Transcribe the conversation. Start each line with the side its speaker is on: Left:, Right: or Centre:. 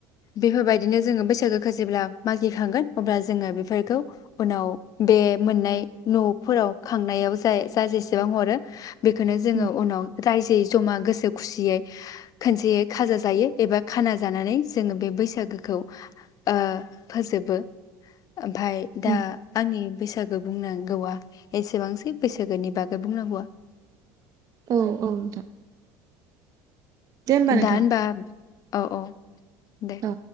Left: बेफोरबायदिनो जोङो बैसागो खो जेब्ला मागिखांगोन अब्ला जोङो बेफोरखौ उनाव बे मोननाय न'फोराव खांनायाव जा जा जेसेबां हरो बेखौनो जोङो
Right: उम,
Left: उनाव रायजोयै जमा गोसो खुसियै खोनसेयै खाजा जायो एबा खाना जानानै जोङो बे बैसागोखौ ओ फोजोबो । ओमफाय दा
Right: उम,
Left: आंनि बैसागो बुंनांगौआ एसेबांसै बैसागोनि बागै बुंनांगौआ ।
Right: औ औ नोंथां दे होमबा नोंथां
Left: दा होनबा औ अ दे।
Right: औ